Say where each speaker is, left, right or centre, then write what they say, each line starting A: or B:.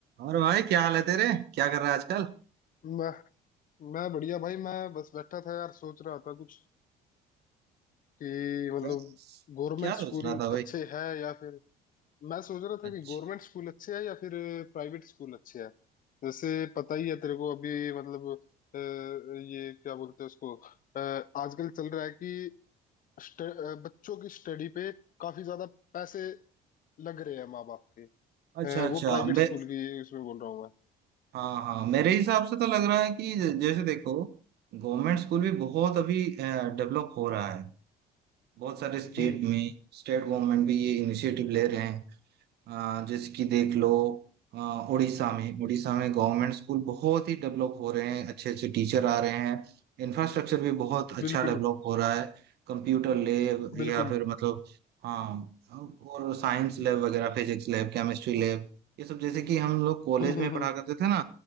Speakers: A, on the right; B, on the left.
A: और भाई क्या हाल है तेरे क्या कर रहा है आजकल
B: मैं मैं बढ़िया भाई मैं बस बैठा था यार सोच रहा था कुछ कि मतलब
A: क्या
B: गवर्नमेंट
A: क्या
B: स्कूल
A: सोच रहा था भाई
B: अच्छे हैं या फिर मैं सोच रहा
A: अच्छा
B: था कि गवर्नमेंट स्कूल अच्छे हैं या फिर प्राइवेट स्कूल अच्छे हैं जैसे पता ही है तेरे को अभी मतलब अ, ये क्या बोलते हैं उसको अ, आजकल चल रहा है कि स्ट- अ, बच्चों की स्टडी पे काफी ज्यादा पैसे लग रहे हैं माँ बाप के
A: अच्छा
B: अ,
A: अच्छा
B: वो प्राइवेट
A: मैं
B: स्कूल की उसमें बोल रहा हूँ मैं
A: हाँ हाँ मेरे हिसाब से तो लग रहा है कि ज- जैसे देखो गवर्नमेंट स्कूल भी बहुत अभी डेवलप हो रहा है बहुत सारे स्टेट
B: हम्म
A: में स्टेट गवर्नमेंट भी ये इनिशिएटिव ले रहे हैं अ, जैसे कि देख लो अ, उड़ीसा में उड़ीसा में गवर्नमेंट स्कूल बहुत ही डेवलप हो रहे हैं अच्छे अच्छे टीचर आ रहे हैं इंफ्रास्ट्रक्चर भी बहुत अच्छा
B: बिल्कुल
A: डेवलप हो रहा है कंप्यूटर लैब या
B: बिल्कुल
A: फिर मतलब हाँ और साइंस लैब वगैरह फिजिक्स लैब केमिस्ट्री लैब ये सब जैसे कि हम लोग
B: <laughs>
A: कॉलेज
B: हम्म हम्म
A: में पढ़ा
B: हम्म
A: करते थे ना